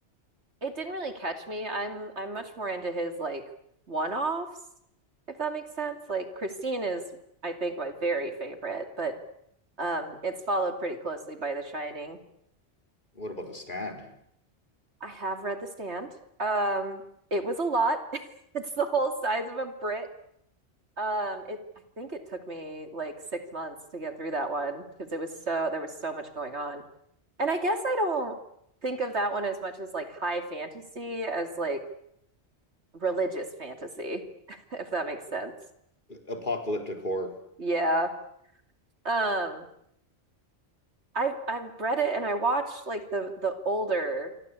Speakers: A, on the right; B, on the left.
A: It didn't really catch me. I'm I'm much more into his like one-offs, if that makes sense. Like Christine is, I think, my very favorite, but um it's followed pretty closely by The Shining.
B: What about the stand?
A: I have read The Stand. Um it was a lot. <laughs> It's the whole size of a Brit. Um it I think it took me like six months to get through that one because it was so there was so much going on. And I guess I don't think of that one as much as like high fantasy as like religious fantasy, <laughs> if that makes sense.
B: Apocalyptic horror.
A: Yeah. Um, I have I've read it and I watched like the the older